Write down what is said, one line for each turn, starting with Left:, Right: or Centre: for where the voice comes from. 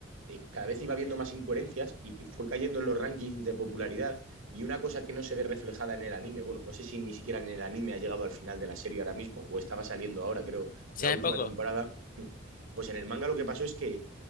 Right: eh, cada vez iba viendo más incoherencias y fue cayendo en los rankings de popularidad y una cosa que no se ve reflejada en el anime, bueno, no sé si ni siquiera en el anime ha llegado al final de la serie ahora mismo o estaba saliendo ahora, creo,
Left: Sí,
Right: en la
Left: hace
Right: última
Left: poco.
Right: temporada, hmm, pues en el manga lo que pasó es que